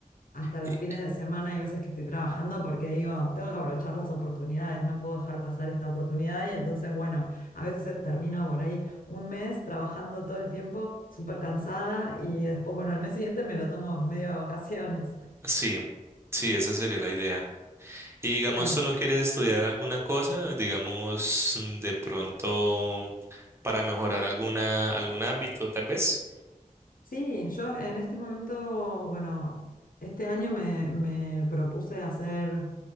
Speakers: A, on the left; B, on the right.
A: Hasta los
B: y-
A: fines de semana hay veces que estoy trabajando porque digo, tengo que aprovechar las oportunidades, no puedo dejar pasar esta oportunidad. Y entonces, bueno, a veces es- termino por ahí un mes trabajando todo el tiempo, súper cansada, y después, bueno, al mes siguiente me lo tomo medio de vacaciones.
B: sí, sí, esa sería la idea. Y digamos,
A: Claro.
B: ¿tú no quieres estudiar alguna cosa? Digamos, mm, de pronto, para mejorar alguna, algún ámbito, tal vez.
A: Sí, yo en este momento, bueno, este año me, me propuse hacer